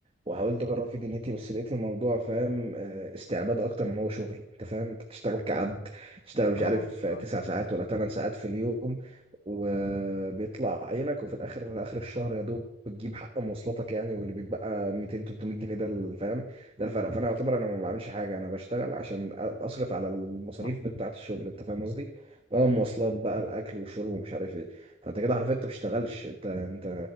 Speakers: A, on the right; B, on the left.
A: وحاولت اجرب فيه دنيتي بس لقيت الموضوع فاهم آه، استعباد اكتر ما هو شغل انت فاهم انت بتشتغل كعبد تشتغل مش
B: اه
A: عارف تسع
B: لا
A: ساعات ولا ثمان ساعات في اليوم وبيطلع عينك وفي الاخر اخر الشهر يا دوب بتجيب حق مواصلاتك يعني واللي بيتبقى 200 300 جنيه ده فاهم ده الفرق فانا اعتبر انا ما بعملش حاجه انا بشتغل عشان أ- اصرف على المصاريف
B: لا
A: بتاعه الشغل انت فاهم قصدي بقى المواصلات بقى الاكل والشرب ومش عارف ايه فانت كده حرفيا انت بتشتغلش انت انت